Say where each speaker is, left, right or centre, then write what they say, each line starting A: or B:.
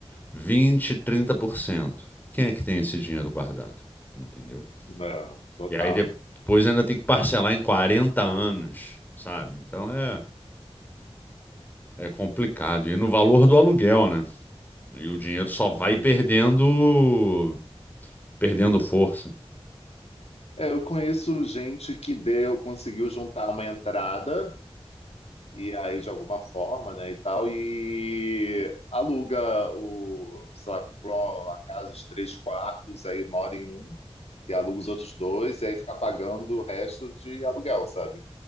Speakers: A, on the left (about 15°); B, on the left (about 75°).
A: vinte trinta por cento Quem é que tem esse dinheiro guardado? Entendeu?
B: não, total.
A: E aí depois ainda tem que parcelar em 40 anos, sabe? Então é, é complicado. E no valor do aluguel, né? E o dinheiro só
B: Uhum.
A: vai perdendo, perdendo força.
B: É, eu conheço gente que deu, conseguiu juntar uma entrada, e aí de alguma forma, né, e tal, e aluga o, sei lá, comprou uma casa de três quartos, aí mora em um e aluga os outros dois, e aí fica pagando o resto de aluguel, sabe?